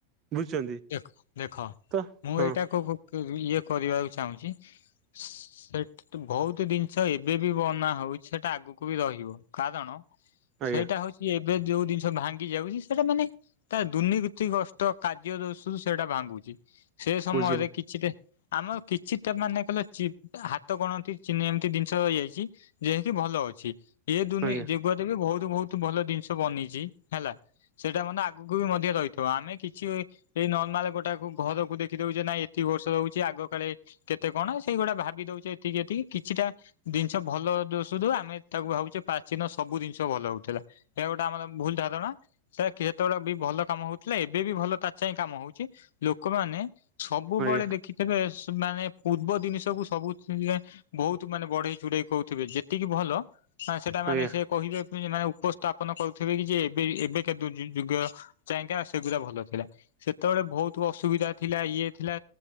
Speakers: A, on the right (about 30°); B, on the left (about 60°).
A: ବୁଝୁଛନ୍ତି?
B: ଦେଖ ଦେଖ
A: ତ
B: ମୁଁ
A: ହଁ
B: ଏଇଟାକୁ <unintelligible> ଇଏ କରିବାକୁ ଚାହୁଁଛି?
A: <inaudible>
B: ସେଠ ବହୁତ ଜିନିଷ ଏବେ ବି ବନା ହଉଛି ସେଟା ଆଗକୁ ବି ରହିବ କାରଣ
A: ଆଜ୍ଞା
B: ସେଇଟା ହଉଛି ଏବେ ଯୋଉ ଜିନିଷ ଭାଙ୍ଗି ଯାଉଛି ସେଟା ମାନେ ତା ଦୁର୍ନୀତି କଷ୍ଟ କ ଇଏ ଦୋଶୁରୁ ସେଇଟା ଭାଙ୍ଗୁଛି ସେ ସମୟରେ
A: ବୁଝିଲି
B: କିଛିଟା ଆମର କିଛିଟା ମାନେ କହିଲ ଚି ହାତ ଗଣନ୍ତି ଏମିତି ଜିନିଷ ଇଏ ହେଇଛି। ଯେକିି ଭଲ ଅଛି ଏ ଦୁନି
A: ଆଜ୍ଞା
B: ଯୁଗୁ ବି ବହୁତ ବହୁତ ଭଲ ଜିନିଷ ବନିଛି ହେଲା ସେଇଟା ମାନେ ଆଗକୁ ବି ମଧ୍ୟ ରହି ଆମେ କିଛି ଏଇ ନର୍ମାଲ ଗୋଟାକୁ ଘରକୁ ଦେଖିଦଉଛେ ନାାଇଁ ଏତିକ ବର୍ଷ ରଉଛି ଆଗ କାଳେ କେତେ କଣ ସେଇଗୁଡା ଭାବି ଦଉଛେ ଏତିକି ଏତିକି କିଛିଟା ଜିନିଷ ଭଲ ଦୋସୁରୁ ଆମେ ତାକୁ ଭାବୁଛେ ପ୍ରାଚୀନ ସବୁ ଜିନିଷ ଭଲ ହଉଥିଲା। ଏହା ଗୋଟେ ଆମର ଭୁଲ ଧାରଣା ସେଟତେବେଳେ ବି ଭଲ କାମ ହଉଥିଲା ଏବେ ବି ଭଲ ତାଛହିଁ କାମ ହଉଛି ଲୋକମାନେ ସବୁବେଳେ
A: ଆଜ୍ଞା
B: ଦେଖ କିବେ ମାନେ ପୂର୍ବ ଜିନିଷକୁୁ ସବୁ <unintelligible> ବହୁତ ମାନେ ବଢେଇ ଚୁଡେଇ କହୁଥିବେ ଯେତିକି ଭଲ ମାନେ ସେଟା
A: ଆଜ୍ଞା
B: ମାନେ ସେ କହିବା ପାଇଁ ମାନେ ଉପସ୍ଥାପନ କରୁଥିବେ କି ଯେ ଏବେ ଏବେ କା କେତୁ ଯୁଗ ଯାଇକା ସେଗୁରା ଭଲ ଥିଲା ସେତେବେଳେ ବହୁତ ଅସୁବିଧା ଥିଲା ଇଏ ଥିଲା।